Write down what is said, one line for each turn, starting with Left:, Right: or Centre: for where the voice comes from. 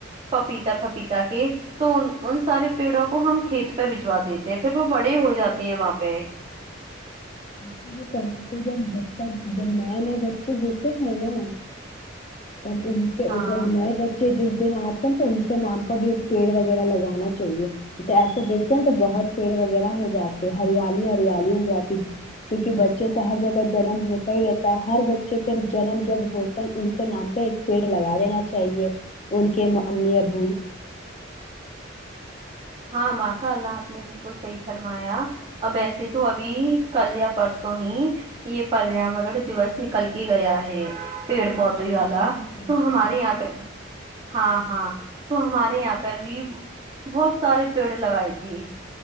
Right: پپیتا پپیتا کے تو ان ان سارے پیڑوں کو ہم کھیت پہ بھجوا دیتے ہیں پھر وہ بڑے ہو جاتے ہیں وہاں پہ
Left: ایسا بھی کرنا جب ب جب نئے نئے بچے ہوتے ہیں نا تب ان سے
Right: ہاں
Left: جب نہیں ہو جس دن آتے ہیں تو ان کے نام پر بھی ایک پیڑ وغیرہ لگانا چاہیے تو ایسے دیکھتے ہیں تو بہت پیڑ وغیرہ ہو جاتے ہریالی ہریالی ہو جاتی کیونکہ بچے تو ہر جگہ جنم ہوتا ہی رہتا ہے ہر بچے کے جنم جب ہوتا ان کے نام پہ ایک پیڑ لگا دینا چاہیے ان کے امی ابو
Right: ہاں ماشاء اللہ آپ نے بالکل صحیح فرمایا اور ویسے تو ابھی کل یا پرسوں ہی یہ پریاورن دوس نکل کے گیا ہے پیڑ
Left: ہاں
Right: پودے
Left: پانچ
Right: والا
Left: جون کو
Right: تو
Left: تھا
Right: ہمارے یہاں پہ ہاں ہاں تو ہمارے یہاں پر بھی بہت سارے پیڑ لگائے تھی